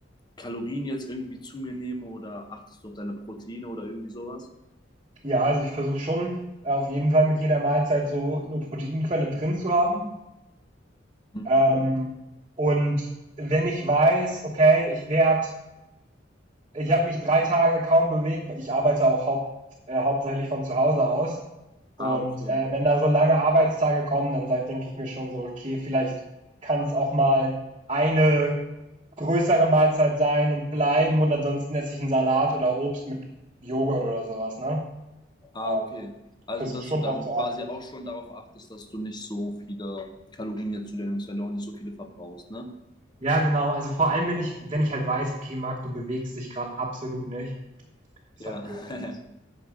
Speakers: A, on the left (about 25°); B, on the right (about 30°).
A: Kalorien jetzt irgendwie zu mir nehme oder achtest du auf deine Proteine oder irgendwie sowas?
B: Ja, also ich versuche schon äh, auf jeden Fall mit jeder Mahlzeit so eine Proteinquelle drin zu haben.
A: Mhm.
B: Ähm, und wenn ich weiß, okay, ich werde, ich habe mich drei Tage kaum bewegt, ich arbeite auch haupt, äh, hauptsächlich von zu Hause aus. Und
A: Ah, okay.
B: äh, wenn da so lange Arbeitstage kommen, dann denke ich mir schon so, okay, vielleicht kann es auch mal eine größere Mahlzeit sein und bleiben und ansonsten esse ich 'n Salat oder Obst mit Joghurt oder sowas ne?
A: Ah,
B: Ähm,
A: okay. Also,
B: versuche
A: dass
B: schon
A: du dann
B: drauf zu
A: quasi
B: achten.
A: auch schon darauf achtest, dass du nicht so viele Kalorien jetzt zu dir nimmst, wenn du auch nicht so viele verbrauchst, ne?
B: Ja, genau. Also, vor allem, wenn ich wenn ich halt weiß: „Okay, Marc, du bewegst dich gerade absolut nicht.“ Ist
A: Ja,
B: halt blöd.
A: <laughs>